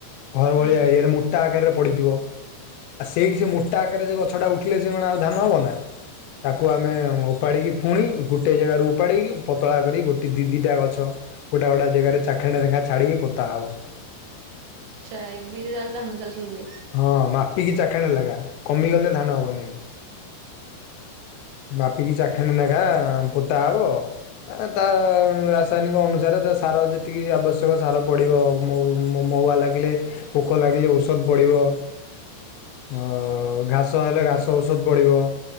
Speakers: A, on the left (about 80°); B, on the right (about 75°).
A: ଘର
B: ହୁଁ
A: ଭଳିଆ ଏରିଆରେ ମୋଟା ଆକାରରେ ପଡିଥିବ ଆଉ ସେଇଠି ସେ ମୋଟା ଆକାରରେ ସେ ଗଛ ଟା ଉଠିଲେ ଯେ ଅଣା ଆଉ ଧାନ ହବ ନା? ତାକୁ ଆମେ ଉପାଡ଼ିକି ଫୁଣି ଗୋଟିଏ ଜାଗାରୁ ଉପାଡ଼ିକି ପତଳା କରି ଗୋଟି ଦିଇ ଦିଇ ଟା ଗଛ ଗୋଟା ଗୋଟା ଜାଗାରେ ଚାଖେଣ୍ଡା ନାଖା ଛାଡିକି ପୋତା ହବ।
B: ଆଚ୍ଛା ଏମିତି ତାହେଲେ ଧାନ ଚାଷ ହୁଏ।
A: ହଁ ମାପିକି ଚାଖେଣ୍ଡେ ଲାଗା କମିଗଲେ ଧାନ ହବନି। ମାପିକି ଚାଖେଣ୍ଡେ ନାଖା ପୋତା ହବ। ଏ ତା ରାସାୟନିକ ଅନୁସାରେ ତା ସାର ଯେତିକି ଆବଶ୍ୟକ ସାର ପଡିବ ଆଉ। ମଉ ମ ମହୁଆ ଲାଗିଲେ ପୋକ ଲାଗିଲେ ଔଷଧ ବଡିବ।
B: <inaudible>
A: ୱ ଘାସ ହେଲେ ଘାସ ଔଷଧ ପଡିବ।